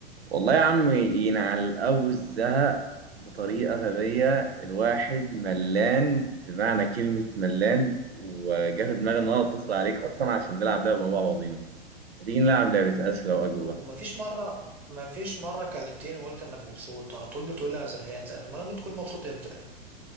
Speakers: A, on the right; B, in the centre.
A: والله يا عم ينعل أبو الزهق بطريقة غبية الواحد ملان بمعنى كلمة ملان وجه دماغي إن أنا أتصل عليك أصلا عشان نلعب لعبة مع بعضينا هتيجي نلعب لعبة أسئلة وأجوبة
B: وما فيش مرة ما فيش مرة كلمتني وقلت انك مبسوط على طول بتقول لي انا زهقان زهقان امال لما بتكون مبسوط امتى